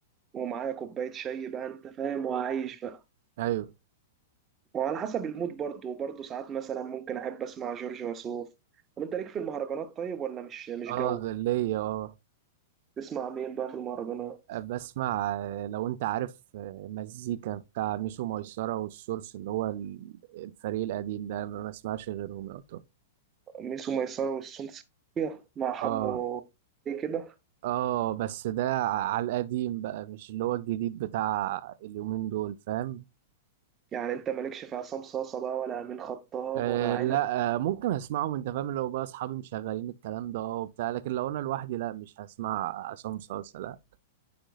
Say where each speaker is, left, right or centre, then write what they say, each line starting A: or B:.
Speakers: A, on the right (about 20°); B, on the right (about 55°).
A: ومعايا كوباية شاي بقى انت فاهم وعايش بقى
B: ايوه
A: وعلى حسب المود برضه وبرضه ساعات مثلا ممكن أحب أسمع جورج وسوف طب أنت ليك في المهرجانات طيب ولا مش مش
B: اه
A: جو؟
B: غلية اه
A: تسمع مين بقى في المهرجانات؟
B: بسمع آه، لو انت عارف آه، مزيكا بتاع ميسو ميسرة والسورس اللي هو ال- الفريق القديم ده ما بسمعش غيرهم يا طب
A: ميسو ميسرة والسون سيكية مع حمو
B: اه
A: إيه كده؟
B: اه بس ده ع- على القديم بقى مش اللي هو الجديد بتاع اليومين دول فاهم
A: يعني أنت مالكش في عصام صاصة بقى ولا أمين خطاب
B: أه
A: ولا عنب
B: لا أه ممكن اسمعهم انت فاهم لو بقى اصحابي مشغلين الكلام ده اه وبتاع لكن لو انا لوحدي لا مش هسمع عصام صاصا لا